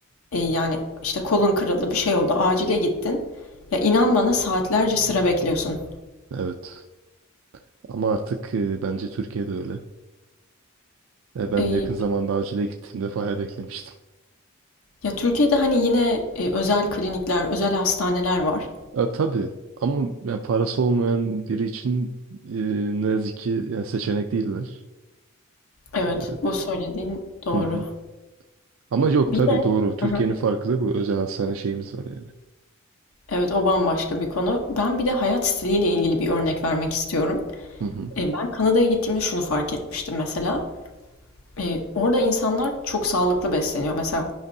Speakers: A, on the left; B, on the right.
A: e, yani işte kolun kırıldı bir şey oldu acile gittin. Ya inan bana saatlerce sıra bekliyorsun.
B: Evet ama artık e, bence Türkiye'de öyle. E, ben
A: E,
B: yakın zamanda acile gittiğimde bayağı beklemiştim.
A: ya Türkiye'de hani yine e, özel klinikler, özel hastaneler var.
B: Ya, tabii ama yani parası olmayan biri için e, ne yazık ki yani seçenek değiller.
A: Evet,
B: E,
A: bu söylediğin doğru.
B: hı hı. Ama yok
A: Bir
B: tabii
A: de
B: doğru. Türkiye'nin
A: Hı hı.
B: farkı da bu. Özel hastane şeyimiz var yani.
A: Evet o bambaşka bir konu. Ben bir de hayat stiliyle ilgili bir örnek vermek istiyorum.
B: Hı hı.
A: E, ben Kanada'ya gittiğimde şunu fark etmiştim mesela. E, orada insanlar çok sağlıklı besleniyor. Mesela